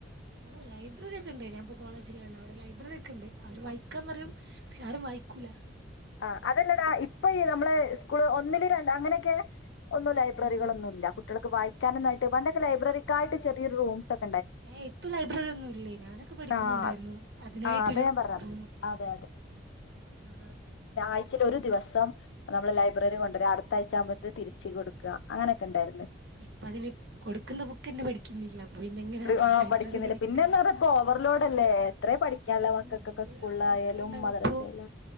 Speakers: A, on the right; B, on the left.
A: ഓഹ് ലൈബ്രറി ഒക്കെ ഉണ്ട് ഞാനിപ്പോൾ കോളേജിലാണ് ലൈബ്രറി ഒക്കെണ്ട് അവര് വായിക്കാൻ പറയും പക്ഷെ ആരും വായി ക്കൂലാ
B: ആ അതല്ലടാ ഇപ്പ ഇ നമ്മള് സ്കൂള് ഒന്നില് രൺ അങ്ങനെ റ്റ് ഒന്നും ലൈബ്രറികളൊന്നുംല്ല
A: ഉം
B: കു ട്ട്യാളൊക്ക വായിക്കാനൊന്നു ആയിട്ട് പണ്ടൊക്കെ ലൈബ്രറിക്കായ്ട്ട് ചെറിയ റൂംസാെക്
A: ഏ ഇപ്പൊ ലൈബ്രറി ഒന്നുല്ലേ ഞാനൊക്കെ പഠിക്കുമ്പോുണ്ടായിരുന്നു
B: ആഹ്
A: അതിനായിട്ടൊരു
B: ആഹ് അതാ ഞാൻ പറഞ്ഞത്
A: റൂമ ഒക്കെ
B: അതെ
A: ആ
B: ആഴ്ചൽ ഒരു ദിവസം നമ്മള് ലൈബ്രറി കൊണ്ടുവരരാ അടുത്താഴ്ച ആകുമ്പ തിരിച്ച്
A: ഉം
B: കൊടുക്കുക അങ്ങനൊക്കെ ഉണ്ടായിരുന്ന
A: ഇപ്പ അതിന് കൊടുക്കുന്ന ബുക്ക്ന്നെ പഠിക്കുന്നില്ല അപ്പൊ പിന്നെ എങ്ങനാ
B: ആ
A: ലൈബ്രറി
B: പഠിക്കുന്നില്ല
A: പഠിക്കുക
B: പിന്നെ എന്താ പറ ഇപ്പ ഓവർലോഡ് അല്ലേ എത്രയും പഠി ള്ള
A: ഉം
B: മക്കക്കൊക്കെ
A: എന്തൂരാ
B: സ്കൂളായാലും
A: പഠിക്കാണ്ടാവപ്പോ
B: മദരസയില